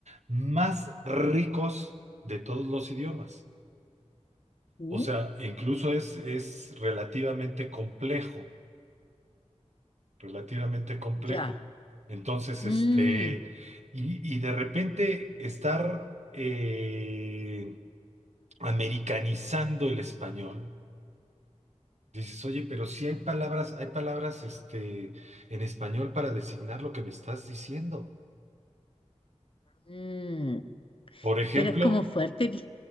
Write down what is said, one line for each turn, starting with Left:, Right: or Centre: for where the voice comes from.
Right: más ricos de todos los idiomas.
Left: ¿Sí?
Right: O sea, incluso es, es relativamente complejo, relativamente complejo.
Left: Ya.
Right: Entonces,
Left: Mm,
Right: este, y, y de repente estar... eh, americanizando el español. Dices, oye, pero sí hay palabras, hay palabras este, en español para designar lo que me estás diciendo.
Left: mm.
Right: Por ejemplo,
Left: Pero es como fuerte. el-